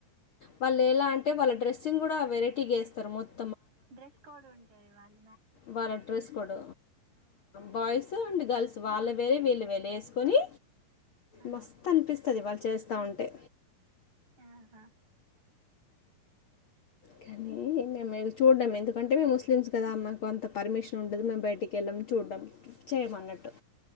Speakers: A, on the left (about 55°); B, on the right (about 60°).
A: వాళ్ళు ఎలా అంటే వాళ్ళ డ్రెస్సింగ్ కూడా వెరైటీగేస్తరు మొత్
B: డ్రెస్ కోడ్ ఉంటది వాళ్ళ
A: వాళ్ళ dress code boys and girls వాల్లె వేరే విళ్ళు వెలె ఎసుకొని
B: ఆ
A: మస్తనిపిస్తది వాళు చేస్త ఉంటే
B: ఆహా
A: కానీ మేమెల్లి చూడ్డం ఎందుకంటే మేము ముస్లిమ్స్ కదా మాకు అంత పర్మిషన్ ఉండదు మేం బయటికెళ్ళం చూడ్డం కి చేయమన్నట్టు